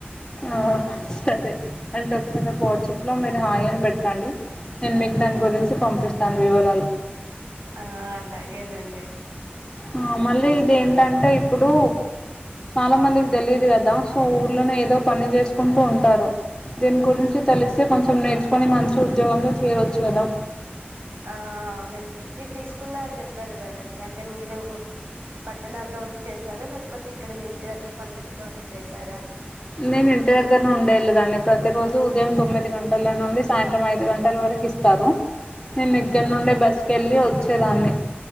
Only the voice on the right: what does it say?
ఆ అలాగేనండి
ఆ అవునండి మీరు తీసుకున్నా అని చెప్పారు కదండి అంటే మీరు పట్టణాల్లో వండి చేశారా లేకపోతే ఇక్కడ మీ ఇంటి దగ్గర పల్లెటూరులో ఉండి చేశారా